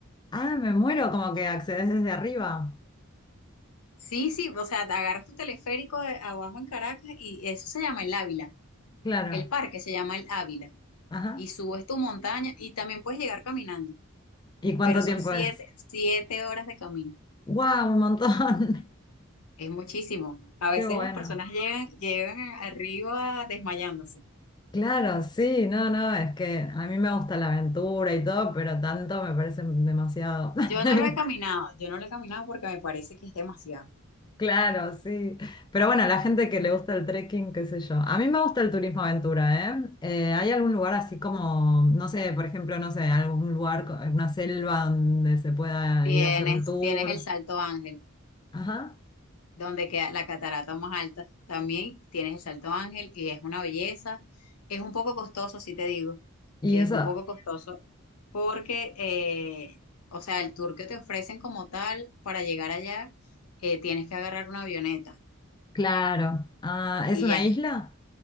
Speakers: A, on the left (about 20°); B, on the left (about 85°).
A: ah, me muero, como que accedes desde arriba.
B: Sí, sí, o sea, te agarras tu teleférico de abajo en Caracas y eso se llama el Ávila.
A: Claro.
B: El parque se llama el Ávila.
A: Ajá.
B: Y subes tu montaña y también puedes llegar caminando,
A: ¿Y cuánto
B: pero son
A: tiempo
B: siete,
A: es?
B: siete horas de camino.
A: Wow, un montón.
B: Es muchísimo. A
A: <laughs> Qué
B: veces
A: bueno.
B: las personas llegan, llegan arriba desmayándose.
A: Claro, sí, no, no, es que a mí me gusta la aventura y todo, pero tanto me parece demasiado. <laughs>
B: Yo no lo he caminado, yo no lo he caminado porque me parece que es demasiado.
A: Claro, sí. Pero bueno, la gente que le gusta el trekking, qué sé yo. A mí me gusta el turismo aventura, ¿eh? Eh, ¿hay algún lugar así como, no sé, por ejemplo, no sé, algún lugar, co- una selva donde se pueda
B: Tienes,
A: ir a hacer un tour?
B: tienes el Salto Ángel.
A: Ajá.
B: donde queda la catarata más alta. También tienes el Salto Ángel y es una belleza. Es un poco costoso, si te digo,
A: ¿Y
B: que
A: eso?
B: es un poco costoso porque, eh, o sea, el tour que te ofrecen como tal para llegar allá, eh, tienes que agarrar una avioneta
A: Claro. Ah, ¿es
B: y
A: una
B: ya es,
A: isla?